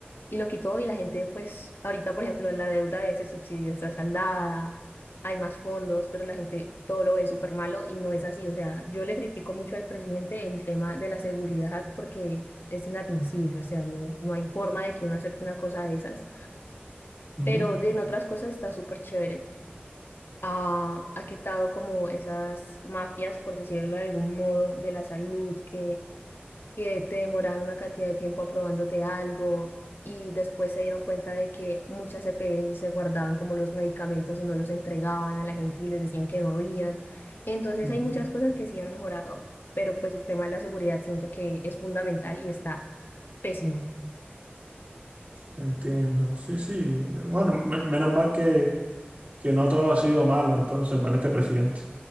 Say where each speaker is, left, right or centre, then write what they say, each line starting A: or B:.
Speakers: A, on the left (about 65°); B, on the right (about 45°).
A: y lo quitó y la gente, pues, ahorita, por ejemplo, la deuda de ese subsidio está saldada, hay más fondos, pero la gente todo lo ve súper malo y no es así. O sea, yo le critico mucho al presidente el tema de la seguridad porque es inadmisible, o sea, no, no hay forma de que uno acepte una cosa de esas,
B: ujú,
A: pero de en otras cosas está súper chévere. Ha, ha quitado como esas mafias, por decirlo de algún modo, de la salud que que te demoraron una cantidad de tiempo aprobándote algo y después se dieron cuenta de que muchas EPS se guardaban como los medicamentos y no los entregaban a la gente y les decían que no habían. Entonces
B: ujú.
A: hay muchas cosas que sí han mejorado, pero pues el tema de la seguridad siento que es fundamental y está pésimo.
B: Entiendo. Sí, sí. Bueno, me- menos mal que, que no todo ha sido malo entonces con este presidente.